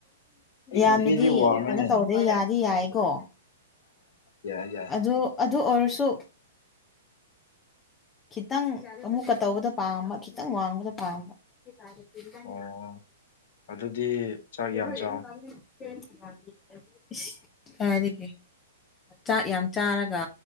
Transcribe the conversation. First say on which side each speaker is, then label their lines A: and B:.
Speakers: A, on the left (about 20°); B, on the left (about 55°).
A: ꯌꯥꯝꯅꯗꯤ
B: ꯅꯨꯄꯤꯗꯤ ꯋꯥꯡꯉꯤꯅꯦ
A: ꯀꯩꯅꯣ ꯇꯧꯗꯦ
B: ꯍꯣꯏ
A: ꯌꯥꯗꯤ ꯌꯥꯏꯀꯣ
B: ꯌꯥꯏ ꯌꯥꯏ
A: ꯑꯗꯨ ꯑꯗꯨ ꯑꯣꯏꯔꯁꯨ ꯈꯤꯇꯪ ꯑꯃꯨꯛꯀ ꯇꯧꯕꯗ ꯄꯥꯝꯕ ꯈꯤꯇꯪ ꯋꯥꯡꯕꯗꯣ ꯄꯥꯝꯕ <unintelligible>
B: ꯑꯣ ꯑꯗꯨꯗꯤ
A: <unintelligible>
B: ꯆꯥꯛ ꯌꯥꯝ ꯆꯥꯎ
A: ꯆꯥꯛ ꯌꯥꯝ ꯆꯥꯔꯒ